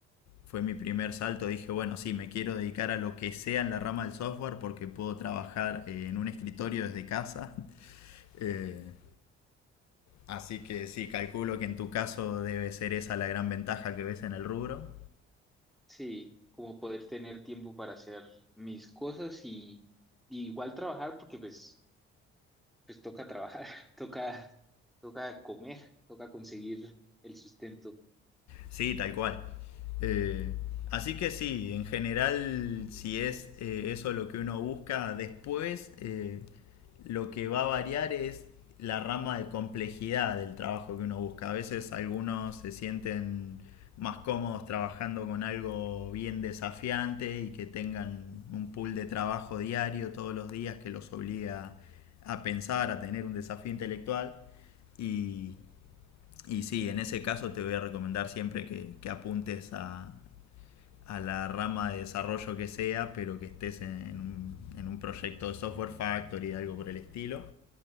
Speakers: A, on the left; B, in the centre.
A: fue mi primer salto. Dije, bueno, sí, me quiero dedicar a lo que sea en la rama del software porque puedo trabajar eh, en un escritorio desde casa. <laughs> Eh, así que sí, calculo que en tu caso debe ser esa la gran ventaja que ves en el rubro.
B: Sí, como poder tener tiempo para hacer mis cosas y, y igual trabajar, porque pues, pues toca trabajar, <laughs> toca, toca comer, toca conseguir el sustento.
A: Sí, tal cual. Eh, así que sí, en general, si es eh, eso lo que uno busca, después eh, lo que va a variar es la rama de complejidad del trabajo que uno busca. A veces algunos se sienten más cómodos trabajando con algo bien desafiante y que tengan un pool de trabajo diario todos los días que los obliga a pensar, a tener un desafío intelectual. Y y sí, en ese caso te voy a recomendar siempre que, que apuntes a, a la rama de desarrollo que sea, pero que estés en, en un, en un proyecto de software factory, algo por el estilo,